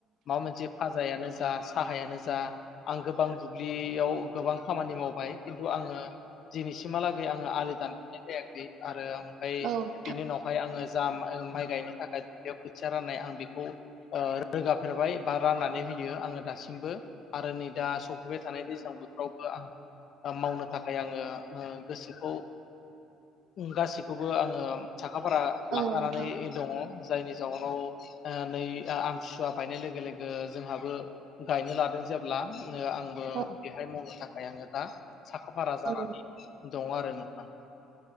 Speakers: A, on the left (about 45°); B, on the right (about 55°).
A: माबा मोनसे जायानो जा साहायानो जा आं गोबां दुब्लियाव गोबां खामानि मावबाय खिन्थु आङो दिनिसिमहालागै आङो आलि दानफेरनाय जायाखै। आरो आं ओमफ्राय
B: औ नोंथां
A: बिनि उनावहाय आङो जा माइ गायनो थाखाय बेयाव खोथिया राननाय आं बेखौ ओ रोगाफेरबाय बा राननानै होयो आङो दासिमबो आरो नै दा सफैबाय थानाय दैज्लां बोथावबो आंहा मावनो थाखाय आङो ओ गोसोखौ गासैखौबो आङो सा साखा फारा
B: औ
A: लाफानानै
B: नोंथां
A: दङ। जायनि जाउनाव नै आम सुवा बायनाय लोगो लोगो जोंहाबो गायनो लादों जेब्ला आंबो
B: औ
A: बेहाय मावनो थाखाय आङो दा साखा फारा जानानै
B: नोंथां औ
A: दङ आरो। लांदां